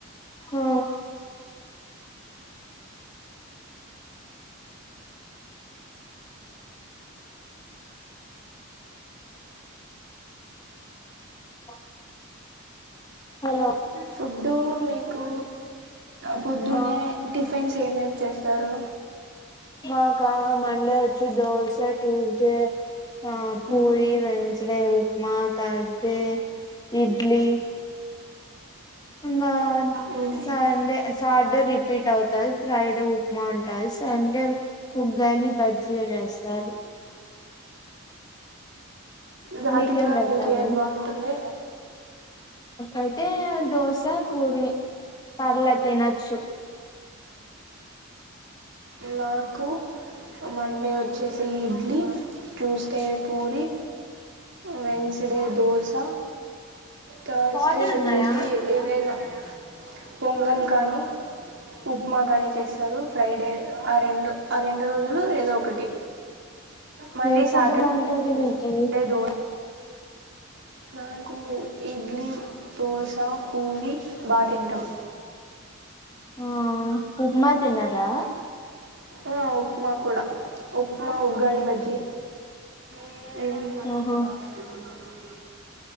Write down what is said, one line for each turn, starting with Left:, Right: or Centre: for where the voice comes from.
Left: ఆ ఓ హలో
Right: ఫుడ్డు మీకు పొద్దున్నే
Left: ఆ
Right: టిఫిన్స్ ఏమేం ఏమేం చేస్తారు
Left: మాకా మండే వచ్చి దోశ ట్యూస్డే ఆ పూరి
Right: మ్మ్.
Left: వెన్స్డే ఉప్మా థర్స్డే ఇడ్లీ ఇంకా
Right: మ్మ్.
Left: సాండే సాటర్డే రిపీట్ అవుతారు ఫ్రైడే ఉప్మా ఉంటారు సండే ఉగ్గని బజ్జిగా చేస్తారు
Right: దటిట్లో
Left: మీకేం పెడతారు
Right: మీకు ఏది బాగుంటుంది
Left: అయితే తే దోశ పూర పర్ల తినొచ్చు
Right: నాకు మండే వచ్ చ్చసి idli Tuesday puri Wednesday dosa Thursday
Left: water
Right: వచ్చే
Left: ఉన్నాయా
Right: సి ఏదైనా పొంగల్ కానీ పు మాగానీ చేస్తారు ఫ్రైడే ఆ రెండు ఆ రెండు రోజులు ఏదో ఒకటి మళ్ళీ
Left: ఏ ఫుడ్
Right: సాటర్డే
Left: బాగుంటది మీ ఏయ్
Right: దో నాకు ఇడ్లీ దోశ పూరి బాతింటాము
Left: ఆ ఉప్మ తిన్నదా
Right: ఆ ఉప్మా కూడా ఉప్మా ఉగ్గాని బజ్జి మ్
Left: ఆహా